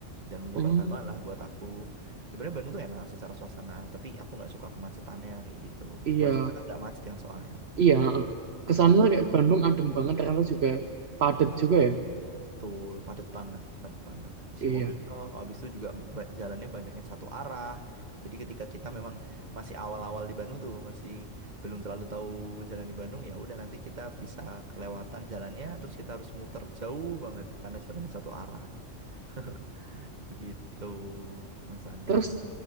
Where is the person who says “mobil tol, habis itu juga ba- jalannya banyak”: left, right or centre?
Right